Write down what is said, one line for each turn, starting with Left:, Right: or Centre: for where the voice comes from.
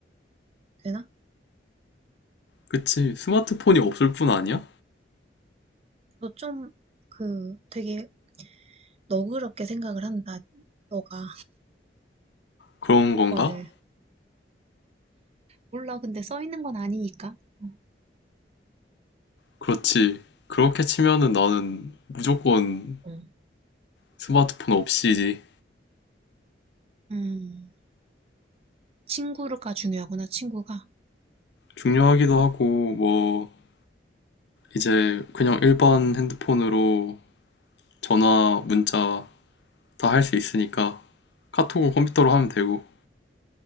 Right: 되나?
Left: 그치, 스마트폰이 없을 뿐 아니야?
Right: 너 좀, 그, 되게 너그럽게 생각을 한다. 너가
Left: 그런
Right: 조건을.
Left: 건가?
Right: 몰라, 근데 써 있는 건 아니니까. 어,
Left: 그렇지. 그렇게 치면은 나는 무조건
Right: 어.
Left: 스마트폰 없이지.
Right: 음, 친구가 중요하구나, 친구가.
Left: 중요하기도 하고, 뭐, 이제 그냥 일반 핸드폰으로 전화, 문자 다 할 수 있으니까 카톡은 컴퓨터로 하면 되고,